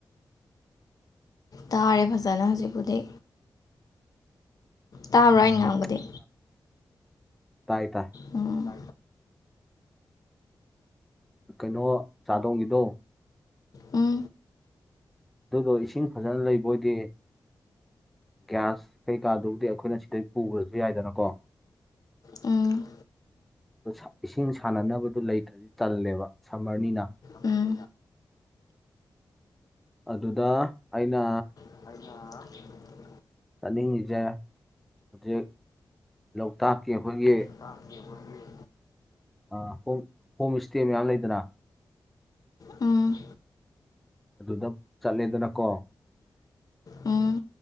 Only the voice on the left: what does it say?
ꯇꯥꯔꯦ ꯐꯖꯅ ꯍꯧꯖꯤꯛꯄꯨꯗꯤ ꯇꯥꯕ꯭ꯔꯥ
ꯑꯩ ꯉꯥꯡꯕꯗꯤ
ꯎꯝ
ꯎꯝ
ꯎꯝ
ꯎꯝ
ꯑꯅ
ꯇ ꯑꯣꯏ
ꯎꯝ
ꯎꯝ ꯎꯝ ꯎꯝ